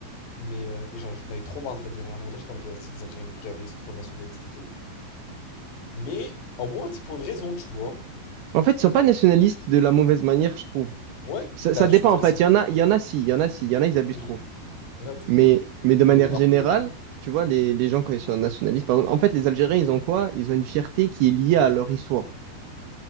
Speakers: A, on the left; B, on the right.
A: mais euh, et genre j'en avais trop marre des Algériens à mon moment j'étais en mode ouais vas-y les Algériens m'ont gavé c'est trop nationaliste et tout. Mais au moins, c'est pour une raison, tu vois.
B: En fait, ils sont pas nationalistes de la mauvaise manière, je trouve.
A: Ouais,
B: Ça,
A: bah
B: ça dépend,
A: je suis désolé,
B: en fait.
A: c'est.
B: Il y en a, il y en a si, il y en a si, il y en a, ils abusent
A: Oui,
B: trop.
A: il y en a toujours.
B: Mais,
A: Qui
B: mais de
A: gagne
B: manière
A: le drapeau
B: générale,
A: et tout.
B: tu vois, les, les gens, quand ils sont nationalistes, par exemple, en fait, les Algériens, ils ont quoi? Ils ont une fierté qui est liée à leur histoire.